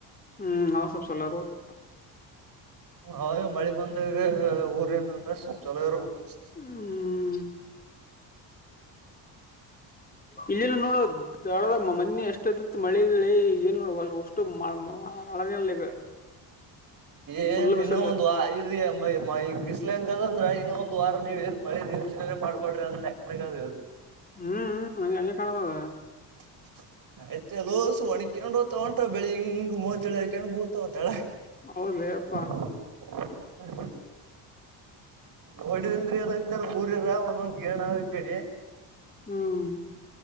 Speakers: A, on the left; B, on the right.
A: ಹ್ಮ್, ಅವಂದ ಸ್ವಲ್ಪ ಚೋಲೋಇರಬೇಕ.
B: ಅವಾಗ ಮಳಿ ಬಂದಾಗ ಊರ್ಯಾನಲ್ಲಾ ಚೊಲ ಇರಬೇಕ್ನ್ಸತ್ತೆ.
A: ಹ್ಮ <inaudible> ಇಲ್ಲಿನ ನೋಡ ದಾಳದ ಮೊನ್ನೆ ಎಷ್ಟ ಎಷ್ಟ ಎದ್ದಿತ್ ಮಳೆಗಳಿಗೆ ಏನ್ ನೋಡ ಅ <unintelligible> ಅಷ್ಟು ಮಳಗಾಲ ಈಗ
B: ಏನ್
A: ಫುಲ್
B: ಇನ್ನೊ
A: ಬಿಸಿಲು
B: ಒಂದು ಇ <unintelligible> <unintelligible> ಈಗ ಬಿಸ್ಲಹೆಂಗಾದಂದ್ರ ಇನ್ನೊ ಒಂದ ವಾರ ನೀವ ಏನ್ ಮಳೆ ಯೋಚನೆ ಮಾಡ್ಬೇಡ್ರಿ ಅನ್ನೊ ಲೆಕ್ಕದಾಗ ಆದ.
A: ಹ್ಮ್, ಹ್ಮ್ ಹಂಗೆಕಾಣತದ.
B: <inaudible> ಆಯ್ತ ಎ ಲ್ಲೋಸು ಒಣಿಕೆಂಡ ಹೋಗತಾವ ಒಂಟಾವ ಬೆಳಿ ಹಿಂಗ ಮೊತಿಳಾಕಂದ ಬುಳ್ತಾವ ಕೇಳುಗ.
A: ಹೌದ್ಲೆಯಪ್ಪಾ
B: ಹ <inaudible> ನೋಡಿದಂದ್ರ ಏನಂತೇನ ಊರಿರ ಒಂದೊಂದ್ ಗೇಣಾವ ಈಕಡೆ.
A: ಹ್ಮ್,